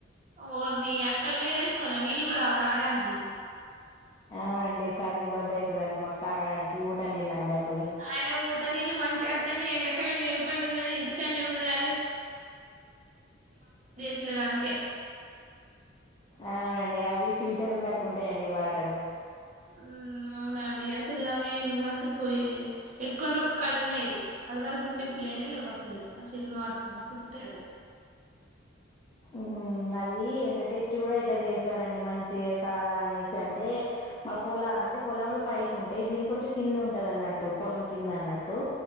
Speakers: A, on the right; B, on the left.
A: ఓర్ని అక్కడి బోయ్ తెచ్చుకోల్నా నీళ్ళు కూడా తాగడానికి
B: అవునండి చానా ఇబ్బంది అయితదండి మాకు తాగడానికి ఊటనీల్లన్డి అవును
A: ఆయన ఊట నీళ్ళు మంచిగాత్తన్నయ్ ఎండకలం ఏం పని ఉన్నదో ఇంటికానే ఉండడానికి త్తలేరు అందుకే
B: అవునండి అవి ఫిల్టరున్నట్టు ఉంటాయండి వాటర్
A: ఆ అవునండి అసలు అవి అసలు పోయి ఎక్కున్నా ఒక కాడ ఉన్నాయి అది వరకు ఉండే ఇప్పుడు లేనే లేవు అసలు శ మా మసుంటే అసలు
B: మ్మ్, అవి ఎంటటేస్ట్ గూడా ఇట్లా చేశారండి మంచి కాదా అనేసి అంటే మా పొల అంటే పొలంలో పైకి ఉంటేయి దీని కొంచెం కింద ఉంటదన్నట్టు పొలం కింద అన్నట్టు